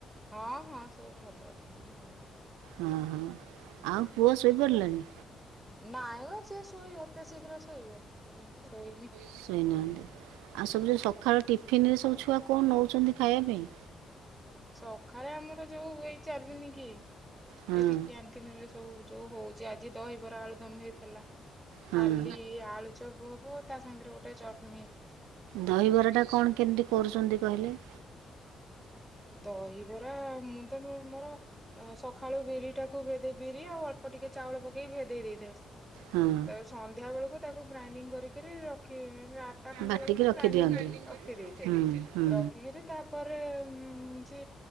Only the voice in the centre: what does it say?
ହଁ ହଁ ସବୁ ଭଲ ଅଛନ୍ତି ଆଉ।
ନାଇଁ ବା ସିଏ ଶୋଇ ଓତେ ଶୀଘ୍ର ଶୋଇବ ଉଁ ଶୋଇନି।
ସଖାଳେ ଆମର ଯୋଉ ଏଇ ଚାଲୁନି କି ଏଇଠି
କ୍ୟାଣ୍ଟିନିରେ ସବୁ ଯୋଉ ହଉଚି ଆଜି ଦହିବରା ଆଳୁଦମ୍ ହେଇଥେଲା
କାଲି ଆଳୁଚପ୍ ହବ। ତା ସାଙ୍ଗରେ ଗୋଟାଏ ଚଟନୀ।
ଦହିବରା ମୁଁ ତ ମୋ ମୋର ଆଁ ସଖାଳୁ ବିରିଟାକୁ ଭେଦେଇ ବିରି ଆଉ ଅଳ୍ପ ଟିକେ ଚାଉଳ ପକେଇକି ଭେଦେଇ ଦେଇଥାଏ।
ଦାକୁ ସନ୍ଧ୍ୟା ବେଳୁକୁ ତାକୁ ଗ୍ରାଇଣ୍ଡିଙ୍ଗ୍ କରିକିରି ରଖି ଉଁ ଉଁ ସେ ଆଟଟା ଖଣ୍ଡେ
ବେଳୁକୁ
ଗ୍ରାଇଣ୍ଡିଙ୍ଗ୍ କରି ର ଖିଦେଇଥେଲି
ରଖିକିରି ତାପରେ ଉଁ ଯେ